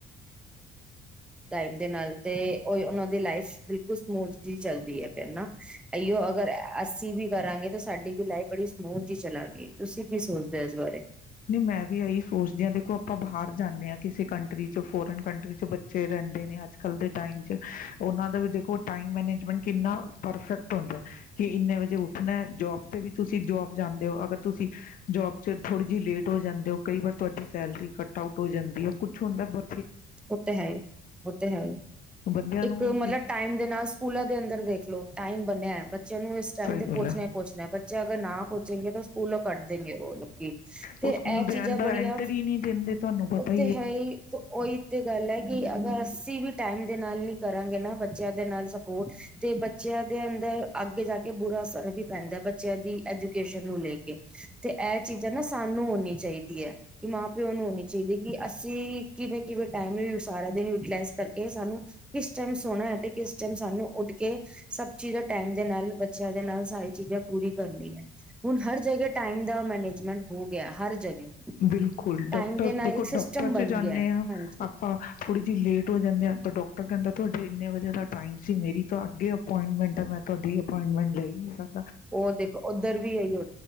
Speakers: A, in the centre; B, on the left.
A: ਟਾਈਮ ਦੇ ਨਾਲ ਤੇ, ਉਹੀ ਉਹਨਾਂ ਦੀ ਲਾਈਫ ਬਿਲਕੁਲ ਸਮੂਥ ਜੀ ਚੱਲਦੀ ਹੈ ਫਿਰ ਨਾ। ਐਹੀਓ ਅਗਰ ਅਸੀਂ ਵੀ ਕਰਾਂਗੇ ਤਾਂ ਸਾਡੀ ਵੀ ਲਾਈਫ ਬੜੀ ਸਮੂਥ ਜੀ ਚਲਾਂਗੀ। ਤੁਸੀਂ ਕੀ ਸੋਚਦੇ ਹੋ? ਇਸ ਬਾਰੇ
B: ਨਹੀਂ, ਮੈਂ ਵੀ ਇਹੀ ਸੋਚਦੀ ਹਾਂ। ਦੇਖੋ ਆਪਾਂ ਬਾਹਰ ਜਾਂਦੇ ਹਾਂ ਕਿਸੇ ਕੰਟਰੀ ਚ। ਫੋਰਨ ਕੰਟਰੀ ਚ ਬੱਚੇ ਰਹਿੰਦੇ ਨੇ ਅੱਜ-ਕੱਲ੍ਹ ਦੇ ਟਾਈਮ ਚ। <inaudible> ਉਹਨਾਂ ਦਾ ਵੀ ਦੇਖੋ, ਟਾਈਮ ਮੈਨੇਜਮੈਂਟ ਕਿੰਨਾ ਪਰਫੈਕਟ ਹੁੰਦਾ ਕਿ ਇੰਨੇ ਵਜੇ ਉੱਠਣਾ ਐ ਜੋਬ ਜਾਂਦੇ ਹੋ। ਅਗਰ ਤੁਸੀਂ ਜੋਬ ਚ ਥੋ ਜੀ ਲੇਟ ਹੋ ਜਾਂਦੇ ਹੋ। ਕਈ ਵਾਰ ਤੁਹਾਡੀ ਸੈਲਰੀ ਕਟ ਆਊਟ ਹੋ ਜਾਂਦੀ ਆ। ਕੁਛ ਹੁੰਦਾ ਬਹੁ
A: ਉਹ ਤਾਂ ਹੈ ਹੀ, ਉਹ ਤਾਂ ਹੈ ਹੀ।
B: ਬੰਦਿਆਂ
A: ਇੱਕ
B: ਨੂੰ
A: ਮਤਲਬ
B: ਜਿਸ
A: ਟਾਈਮ ਦੇ ਨਾਲ, ਸਕੂਲਾਂ ਦੇ ਅੰਦਰ ਦੇਖਲੋ ਟਾਈਮ ਬੰਨਿਆ <unintelligible> ਬੱਚਿਆਂ ਨੂੰ ਇਸ ਟਾਈਮ
B: ਸਹੀ
A: ਤੇ ਪਹੁੰਚਣਾ
B: ਗੱਲ ਹੈ।
A: ਹੀ ਪਹੁੰਚਣਾ। ਬੱਚੇ ਅਗਰ ਨਾ ਪਹੁੰਚੇਗੇ ਤਾਂ ਸਕੂਲੋਂ ਕੱਢ ਦੇਂਗੇ ਉਹ ਲੋਕੀ, ਤੇ
B: ਉਹ ਸਕੂਲ
A: ਇਹ
B: ਦੇ
A: ਚੀਜ਼ਾਂ
B: ਅੰਦਰ
A: ਬੜੀਆਂ,
B: ਐਂਟਰ ਹੀ ਨਹੀਂ ਦਿੰਦੇ ਤੁਹਾਨੂੰ ਪਤਾ
A: ਉਹ ਤੇ ਹੈ ਹੀ ਤੇ ਉਹੀ ਗੱਲ ਹੈ ਕਿ ਅਗਰ ਅਸੀਂ ਵੀ ਟਾਈਮ ਦੇ ਨਾਲ ਨੀ ਕਰਾਂਗੇ ਨਾ, ਬੱਚਿਆਂ ਦੇ ਨਾਲ ਸਪੋਰਟ ਤੇ ਬੱਚਿਆਂ ਦੇ ਅੰਦਰ ਅੱਗੇ ਜਾ ਕੇ ਬੁਰਾ ਅਸਰ ਵੀ ਪੈਂਦਾ ਐ, ਬੱਚਿਆਂ ਦੀ ਐਜੂਕੇਸ਼ਨ ਨੂੰ ਲੈ ਕੇ। ਤੇ ਐਹ ਚੀਜ਼ਾਂ ਨਾ, ਸਾਨੂੰ ਹੋਣੀ ਚਾਹੀਦੀ ਹੈ। ਕਿ ਮਾਂ ਪਿਓ ਨੂੰ ਹੋਣੀ ਚਾਹੀਦੀ ਕਿ ਅਸੀਂ ਕਿਵੇਂ ਕਿ ਟਾਈਮ ਵੀ ਸਾਰਾ ਦਿਨ ਯੂਟੀਲਾਈਜ਼ ਕਰਕੇ, ਸਾਨੂੰ ਕਿਸ ਟਾਈਮ <unintelligible> ਸੋਹਣਾ ਹੈ ਤੇ ਕਿਸ ਟਾਈਮ ਸਾਨੂੰ ਉੱਠ ਕੇ ਸਭ ਚੀਜ਼ਾਂ ਟਾਈਮ ਦੇ ਨਾਲ ਬੱਚਿਆਂ ਦੇ ਨਾਲ ਸਾਰੀ ਚੀਜ਼ਾਂ ਪੂਰੀ ਕਰਨੀ ਐ। ਹੁਣ ਹਰ ਜਗ੍ਹਾ ਟਾਈਮ ਦਾ ਮੈਨੇਜਮੈਂਟ ਹੋ ਗਿਆ ਹਰ ਜਗ੍ਹਾ,
B: ਬਿਲਕੁਲ ਡਾਕਟਰ
A: ਟਾਈਮ ਦੇ ਨਾਲ
B: ਦੇਖੋ
A: ਇੱਕ ਸਿਸਟਮ
B: ਡਾਕਟਰ ਚ
A: ਬਣ
B: ਜਾਂਦੇ
A: ਗਿਆ।
B: ਹਾਂ
A: ਹਾਂਜੀ
B: ਆਪਾਂ ਥੋੜ੍ਹੀ ਜਿਹੀ ਲੇਟ ਹੋ ਜਾਂਦੇ ਆ ਤਾਂ ਡਾਕਟਰ ਕਹਿੰਦਾ ਤੁਹਾਡਾ ਅਤੇ ਇੰਨੇ ਵਜੇ ਦਾ ਟਾਈਮ ਸੀ ਮੇਰੀ ਤਾਂ ਅੱਗੇ ਅਪੋਇੰਟਮੈਂਟ ਹੈ ਮੈਂ ਤੁਹਾਡੀ ਅਪੁਆਇੰਟਮੈਂਟ ਲੈ ਨਹੀਂ ਸਕਦਾ।
A: ਉਹ ਦੇਖੋ ਉੱਧਰ ਵੀ ਆਈ ਆ।